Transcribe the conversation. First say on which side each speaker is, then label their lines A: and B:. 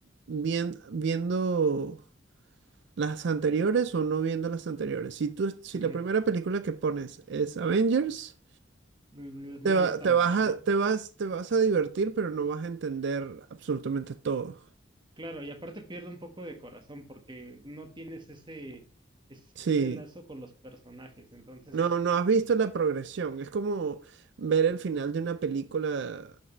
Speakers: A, on the right; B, on the right.
A: bien, viendo las anteriores o no viendo las anteriores. Si tú, si
B: ujú.
A: la primera película que pones es Avengers,
B: L-
A: te
B: Muy
A: va-
B: estándar,
A: te vas a,
B: ¿no?
A: te vas, te vas a divertir, pero no vas a entender absolutamente todo.
B: Claro, y aparte pierde un poco de corazón porque no tienes ese, es-
A: Sí.
B: ese lazo con los personajes, entonces
A: No,
B: es...
A: no has visto la progresión. Es como ver
B: Exacto.
A: el final de una película.